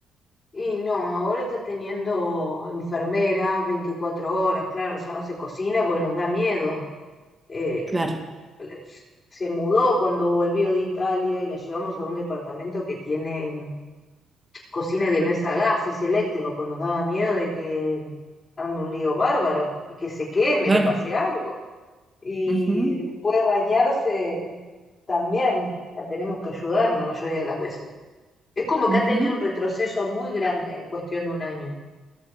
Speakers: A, on the left; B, on the right.
A: Y no, ahora está teniendo enfermera 24 horas, claro, ya no se cocina porque nos da miedo. Eh,
B: Claro,
A: le- se mudó cuando volvió de Italia y la llevamos a un departamento que tiene cocina que no es a gas, es eléctrico, pues nos daba miedo de que arme un lío bárbaro y que se queme,
B: claro.
A: le pase algo. Y
B: Ujú,
A: después bañarse también la tenemos que ayudar la mayoría de las veces. Es como
B: ujú.
A: que ha tenido un retroceso muy grande en cuestión de un año.